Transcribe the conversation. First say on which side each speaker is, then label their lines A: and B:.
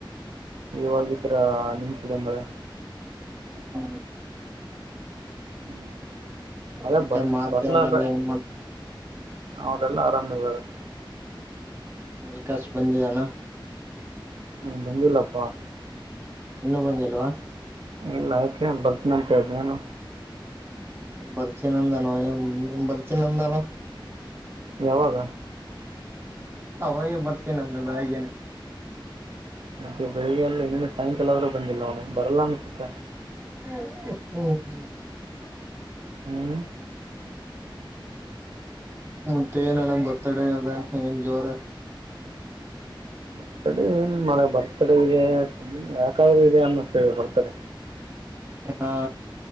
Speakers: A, on the right (about 80°); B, on the right (about 25°).
A: ಇವಾಗಿದ್ರ ನಿಂತಿದೆ ಅಂದ್ರೆ
B: ಹ್ಮ
A: ಹ್ಮ್ ಮಳೆ
B: ಮತ್ತೆ
A: ಬರ್
B: ಮಾರುತಿ
A: ಬರ್ಲ
B: ಅವರೆಲ್ಲ
A: ಬರಲ್ಲ
B: ಏನ್ ಮಾಡ್ತ
A: ಅವರಲ್ಲಾ ಆರಾಮವಾರೆ
B: ವಿಕಸ್ ಬಂದಿದಾನ
A: ಹ್ಮ್ ಬಂದಿಲ್ಲಪ್ಪಾ
B: ಇನ್ನು ಬಂದಿಲ್ವಾ
A: ಇಲ್ಲ ಯಾಕೆ ಬರ್ತನಂತೆ ಹೇಳಿದ್ನ ನಾನು
B: ಭರ್ತಿನಂದನ ಭರ್ತಿನಂದನ
A: ಯಾವಾಗ
B: ಅವಾಗೆ ಬರ್ತೇನೆ ಒಂದು ಬಳಗೇನೆ
A: ಮತ್ತೆ ಬೆಳಿಗ್ಗೆ ಎಲ್ಲ ಇನ್ನ ಸಾಯಂಕಾಲ ಆದ್ರೂ ಬಂದಿಲ್ಲ ಅವನು ಬರಲ್ಲ ಅನ್ಸುತ್ತ
B: ಹಾ ಹ್ಮ್ ಹ್ಮ್ ಹ್ಮ್
A: ಹ್ಞೂ
B: ಮತ್ತೆ ಏನಣ ಬರ್ತಡೇ ಅದ ಏನ್ ಜೋರ
A: ಬರ್ತಡೆ ಏನ್ ಮಳೆ ಬರ್ತಡೆಗೆ ಯಾಕಾದ್ರೂ ಇದೆ ಅನ್ನಿಸ್ತಗ ಬರ್ತಡೆ.
B: ಹಾ